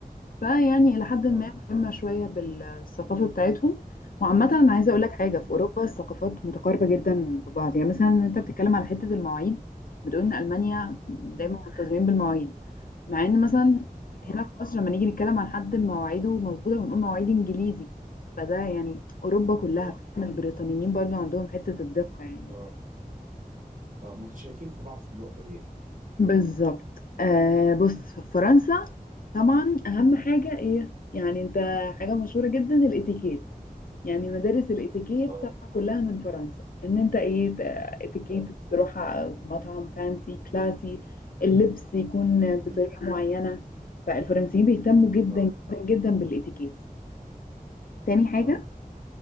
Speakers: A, on the left; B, on the right.
A: فيعني الى حد ما
B: اه
A: ملمه شويه بالثقافه بتاعتهم وعامه انا عايزه اقول لك حاجه في
B: امم
A: اوروبا الثقافات متقاربه جدا ببعض يعني مثلا انت بتتكلم على حته المواعيد بتقول ان المانيا دايما
B: امم
A: ملتزمين بالمواعيد مع ان مثلا
B: اه
A: هنا في مصر لما نيجي نتكلم عن حد مواعيده مظبوطه بنقول مواعيد انجليزي فده يعني اوروبا كلها
B: اه
A: فاهم البريطانيين برضو عندهم حته الدقه يعني
B: اه اه متشاركين في بعض في النقطه دي يعني.
A: بالظبط آه بص في فرنسا طبعا اهم حاجه ايه يعني انت حاجه مشهوره جدا الاتيكيت يعني مدارس الاتيكيت
B: اه
A: طبعا كلها من فرنسا ان انت ايه ت- اتيكيت
B: اه
A: تروح على مطعم فانسي كلاسي اللبس يكون بطريقه
B: امم
A: معينه فالفرنسيين بيهتموا جدا
B: اه
A: جدا جدا بالاتيكيت تاني حاجه
B: اه